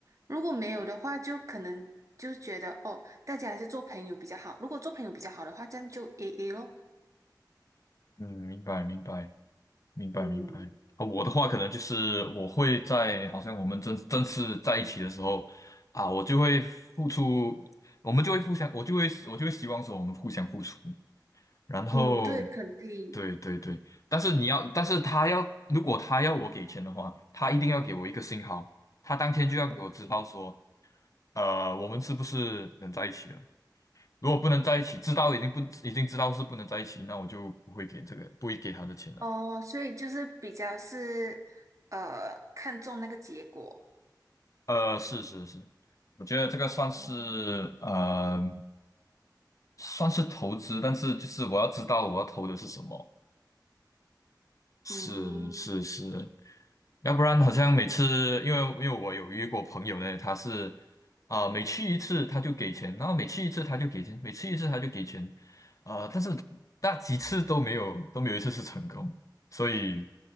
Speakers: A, on the right; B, on the left.
A: 如果没有的话，就可能就觉得哦，大家还是做朋友比较好。如果做朋友比较好的话，这样就 AA 咯。
B: 嗯，明白明白明白明白。
A: 嗯
B: 啊，我的话可能就是我会在好像我们正正式在一起的时候啊，我就会付出，我们就会互相，我就会我就会希望说我们互相付出。然后
A: 嗯，对，肯定
B: 对对对，但是你要，但是他要，如果他要我给钱的话，他一定要给我一个信号，他当天就要给我知道说，呃，我们是不是能在一起了？如果不能在一起，知道已经不已经知道是不能在一起，那我就不会给这个，不会给他的钱了。
A: 哦，所以就是比较是呃看重那个结果。
B: 呃，是是是，我觉得这个算是呃，
A: 哦，
B: 算是投资，但是就是我要知道我要投的是什么。是是是，
A: 嗯
B: 要不然好像每次，因为因为我有约过朋友呢，他是啊、每去一次他就给钱，然后每去一次他就给钱，每去一次他就给钱，呃，但是那几次都没有都没有一次是成功，所以